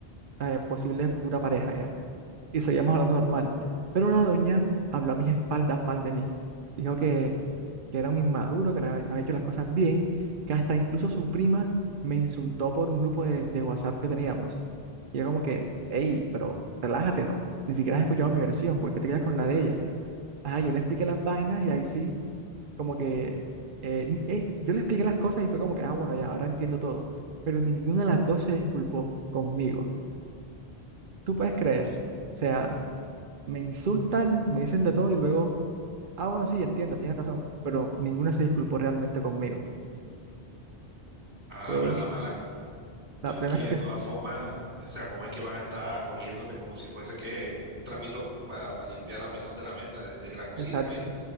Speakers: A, on the right (about 55°); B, on the right (about 80°).
A: eh, posible futura pareja ya y seguíamos hablando normal. Pero la doña habló a mis espaldas mal de mí. Dijo que, que era un inmaduro, que no había, no había hecho las cosas bien, que hasta incluso su prima me insultó por un grupo de, de WhatsApp que teníamos. Y yo como que, hey, pero relájate, ¿no? Ni siquiera has escuchado mi versión, ¿por qué te quedas con la de ella? Ajá, yo le expliqué las vainas y ahí sí, como que, eh, ni- eh, yo le expliqué las cosas y fue como que, ah, bueno, ya, ahora entiendo todo. Pero ninguna de las dos se disculpó conmigo. ¿Tú puedes creer
B: o-
A: eso? O sea me insultan, me dicen de todo y luego, ah, bueno, sí, entiendo, tienes razón, pero ninguna se disculpó realmente conmigo.
B: Mala,
A: Fue
B: mala, mala.
A: la
B: Que
A: plena
B: es que
A: es que,
B: de todas formas, o sea, ¿cómo es que van a estar cogiéndote como si fuese que un trapito para limpiar la mesón de la mesa desde que la cocina,
A: exacto,
B: ¿qué?